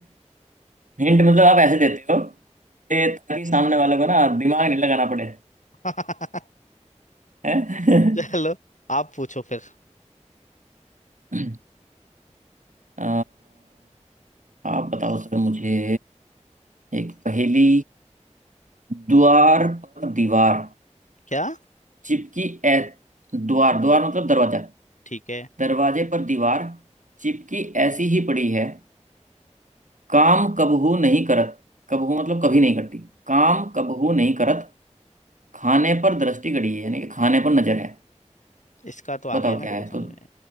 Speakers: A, on the right; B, on the left.
A: हिंट मतलब आप ऐसे देते हो कि ताकि सामने वाले को ना दिमाग नहीं लगाना पड़े
B: <laughs>
A: हैं?
B: चलो आप पूछो फिर
A: <laughs> अ, आप बताओ सर मुझे एक पहेली द्वार पर दीवार
B: क्या
A: चिपकी ऐ द्वार द्वार मतलब दरवाजा
B: ठीक है
A: दरवाजे पर दीवार चिपकी ऐसी ही पड़ी है काम कबहू नहीं करत कबहू मतलब कभी नहीं करती काम कबहू नहीं करत खाने पर दृष्टि गड़ी है यानी कि खाने पर नजर है
B: इसका तो आ
A: बताओ
B: गया मेरे
A: क्या
B: को
A: है
B: समझ
A: तो
B: में